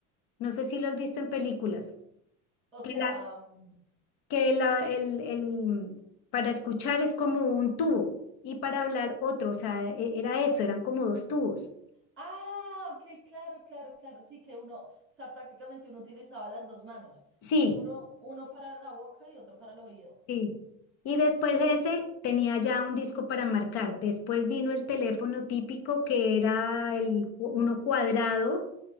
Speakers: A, on the left (about 55°); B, on the right (about 25°).
A: No sé si lo has visto en películas.
B: O
A: Que
B: sea,
A: la,
B: mm,
A: que la, el, el, para escuchar es como un tubo y para hablar otro, o sea, e- era eso, eran como dos tubos.
B: ah, ok, claro, claro, claro. Sí, que uno, o sea, prácticamente uno utilizaba las dos manos.
A: Sí,
B: Uno, uno para la boca y otro para el oído.
A: Sí. Y después ese tenía ya un disco para marcar. Después vino el teléfono típico que era el cu- uno cuadrado